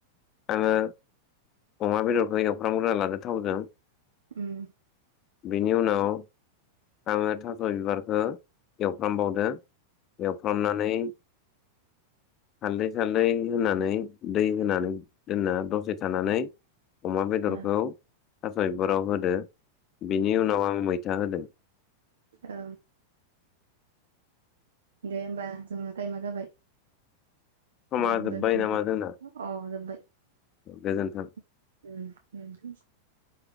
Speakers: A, on the left (about 30°); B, on the right (about 65°).
A: आङो अमा बेदरखौ एवफ्रामगोरना लादो थावजों।
B: उम
A: बिनि उनाव आङो थास' बिबारखौ एवफ्रामबावदों एवफ्रामनानै हालदै सालदै होनानै दै होनानै दोनना दसे थानानै अमा बेदरखौ
B: ओ
A: थास' बिफोराव होदो बिनि उनाव आं मैथा होदो।
B: औ दे होमबा जोङो टाइमा जाबाय।
A: समा
B: औ
A: जोब्बाय
B: दोनथ'नोसै
A: नामा जोंना
B: अ' जोबबाय।
A: गोजोन्थों।
B: उह